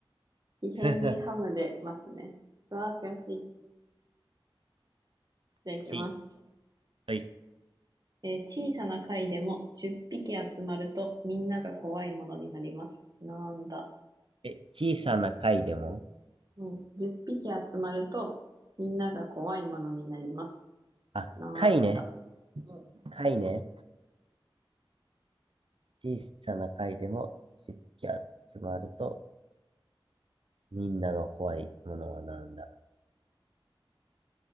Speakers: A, on the right; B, on the right.
A: 異変にハムで待つね。
B: <laughs> は
A: うわあ、悔しい。じゃあ行きます。
B: い。はい。
A: えー小さな貝でも10匹集まるとみんなが怖いものになります。なんだ。
B: え、小さな貝でも
A: うん。10匹集まるとみんなが怖いものになります。
B: あ、
A: なんだ。
B: 貝ね。
A: うん。
B: 貝ね。小さな貝でも湿気集まると、みんなが怖いものはなんだ